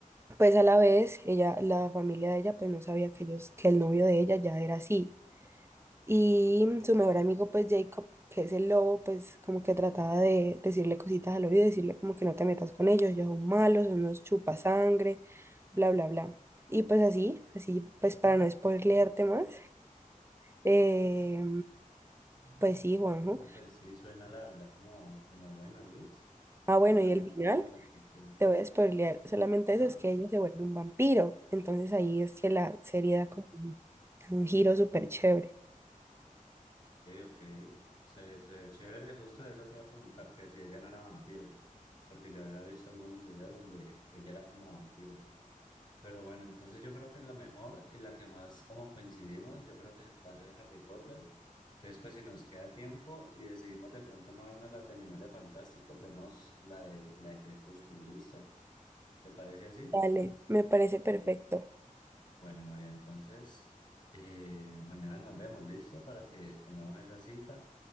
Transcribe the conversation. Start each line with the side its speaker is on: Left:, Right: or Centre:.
Right: pues a la vez, ella, la familia de ella, pues no sabía que ellos, que el novio de ella ya era así. Y su mejor amigo, pues Jacob, que es el lobo, pues como que trataba de decirle cositas al oído, decirle como que no te metas con ellos, ellos son malos, son unos chupasangre, bla, bla, bla. Y pues así, así, pues para no spoilearte más, eh, pues sí, Juanjo.
Left: Uh, pues sí, suena la verdad como, como bueno, es.
Right: Ah, bueno,
Left: Me llama
Right: y el
Left: un
Right: final,
Left: poquito la atención.
Right: te voy a spoilear solamente
Left: Ajá.
Right: eso, es que ella se vuelve un vampiro. Entonces ahí es que la serie
Left: Ok,
Right: da como un un giro súper chévere.
Left: ok. Se, se ve chévere. Justo eso te iba a preguntar, que si ella no era vampira. Porque yo había visto algunos videos donde ella era como vampira. Pero bueno, entonces yo creo que la mejor y la que más como coincidimos, yo creo que va a ser Harry Potter. Entonces, pues si nos queda tiempo y decidimos de pronto no vernos la de Animales Fantásticos, vemos la de, la de Crepúsculo, ¿listo? ¿Te parece así?
Right: Vale, me parece perfecto.
Left: Bueno, María, entonces eh, mañana nos vemos, ¿listo? Para que tengamos esa cita